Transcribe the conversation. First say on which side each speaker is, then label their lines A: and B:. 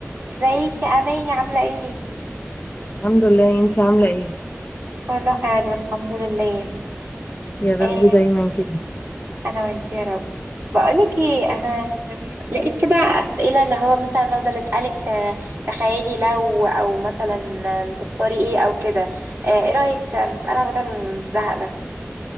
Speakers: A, on the right (about 50°); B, on the left (about 25°).
A: ازيك يا اماني عامله ايه
B: الحمد لله انت عاملة ايه
A: كله حلو الحمد لله
B: يا رب
A: ايه
B: دايما كده
A: انا وانت يا رب بقولك ايه انا لقيت كده اسئله اللي هو مثلا افضل اسالك آه، تخيلي لو او مثلا آه، تختاري ايه او كده آه، ايه رايك نسالها بدل الزهق ده